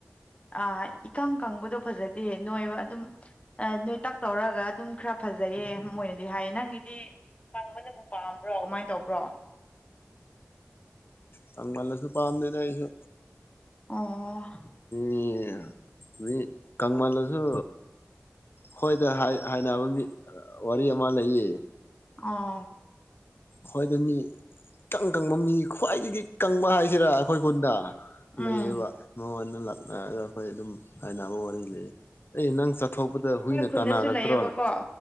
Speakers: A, on the left (about 25°); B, on the left (about 50°).
A: ꯑ ꯏꯀꯪ ꯀꯪꯕꯗꯨ ꯐꯖꯗꯦ ꯅꯣꯏꯕ ꯑꯗꯨꯝ ꯑꯥ ꯅꯣꯏꯇꯛ ꯇꯧꯔꯒ ꯑꯗꯨꯝ ꯈꯔ ꯐꯖꯩꯌꯦ ꯃꯣꯏꯅꯗꯤ ꯍꯥꯏꯌꯦ ꯅꯪꯒꯤ ꯗꯤ ꯀꯪꯕꯅꯕꯨ ꯄꯥꯝꯕ꯭ꯔꯣ ꯀꯃꯥꯏꯟ ꯇꯧꯕ꯭ꯔꯣ
B: ꯀꯪꯃꯜꯂꯁꯨ ꯄꯥꯥꯎꯗꯦꯗ ꯑꯩꯁꯨ
A: ꯑꯣ
B: ꯃꯤ ꯃꯤ ꯀꯪꯃꯜꯂꯁꯨ ꯍꯣꯏꯗ ꯍꯥꯏ ꯍꯥꯏꯅꯕ ꯃꯤ ꯋꯥꯔꯤ ꯑꯃ ꯂꯩꯌꯦ
A: ꯑꯣ
B: ꯍꯣꯏ ꯑꯗꯨ ꯃꯤ ꯇꯪ ꯇꯪ ꯃꯃꯤ ꯈ꯭ꯋꯥꯏꯗꯒꯤ ꯀꯪꯕ ꯍꯥꯏꯁꯤꯔꯥ ꯑꯩꯈꯣꯏ ꯈꯨꯟꯗ
A: ꯎꯝ
B: ꯂꯩꯌꯦꯕ ꯃꯉꯣꯟꯗ ꯂꯥꯛꯑꯒ ꯑꯩꯈꯣꯏ ꯑꯗꯨꯝ ꯍꯥꯏꯅꯕ ꯋꯥꯔꯤ ꯂꯩꯌꯦ ꯑꯩ ꯅꯪ ꯆ ꯊꯣꯛꯄꯗ
A: ꯑꯩꯈꯣꯏ
B: ꯍꯨꯏꯅ
A: ꯈꯨꯟꯗꯁꯨ
B: ꯇꯥꯟꯅꯔꯛꯇ꯭ꯔꯣꯅꯦ
A: ꯂꯩꯌꯦꯕꯀꯣ